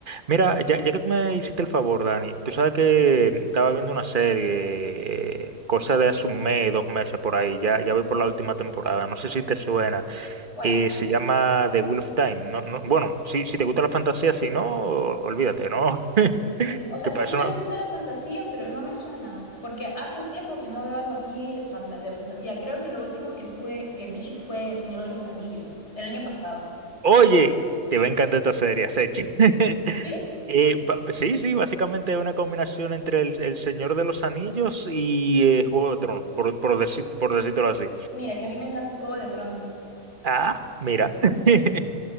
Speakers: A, on the right; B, on the left.
A: Mira, ya, ya que tú me hiciste el favor, Dani, tú sabes que estaba viendo una serie, eh, cosa de hace un mes, dos meses por ahí, ya, ya
B: Ujú.
A: voy por la última temporada, no sé si te suena,
B: ¿Cuál?
A: eh, se llama The Wheel of Time, no, no- bueno, si, si te gusta la fantasía, si no, olvídate, ¿no? <laughs>
B: Mm, O sea,
A: Que
B: sí
A: para eso
B: me
A: no-
B: gusta la fantasía, pero no me suena, porque hace tiempo que no veo algo así fanta- de fantasía. Creo que lo último que fue que vi fue El Señor de los Anillos, el año pasado.
A: Oye, te va a encantar esta serie, Sechi. <laughs>
B: ¿Sí?
A: Eh, ba- sí, sí, básicamente es una combinación entre el, el Señor de los Anillos y eh, Juego de Tronos, por, por, decir- por decírtelo así.
B: Mira, que a mí me encanta el Juego de Tronos.
A: Ah, mira. <laughs>